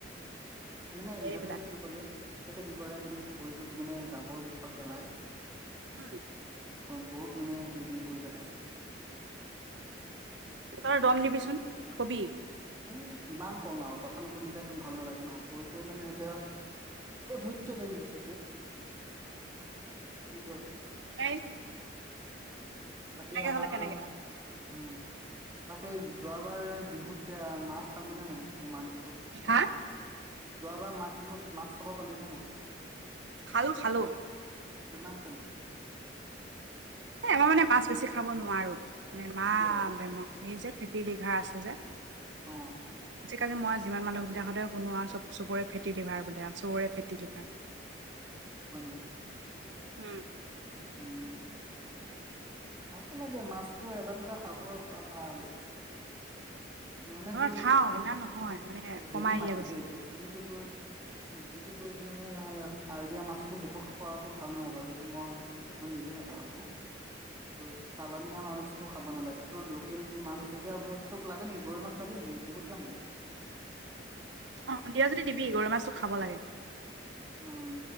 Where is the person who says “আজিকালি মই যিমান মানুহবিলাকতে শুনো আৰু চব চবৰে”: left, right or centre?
Right